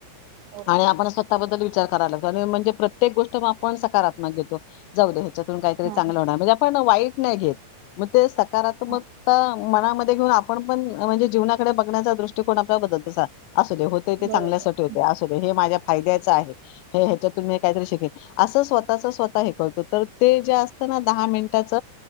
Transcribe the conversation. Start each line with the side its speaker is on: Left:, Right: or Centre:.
Right: ओके
Left: आणि आपण स्वतःबद्दल विचार करायला लागतो आणि म्हणजे प्रत्ये प्रत्येक गोष्ट म आपण सकारात्मक घेतो जाऊ दे ह्याच्यातून काहीतरी
Right: हा
Left: चांगलं
Right: हा
Left: होणार म्हणजे आपण वाईट नाही घेत. मग ते सकारात्मकता
Right: हा
Left: मनामध्ये हे बघून आपण पण म्हणजे जीवनाकडे बघण्याचा दृष्टिकोन आपला बदत तसाल असू दे होत ते
Right: बरोबर
Left: चांगल्यासाठी होते असू दे हे माझ्या फायद्याच आहे हे ह्याच्यातून मी काहीतरी शिकेन असं स्वतःच स्वतः हे करतो तर ते जे असत ना दहा मिनिटाच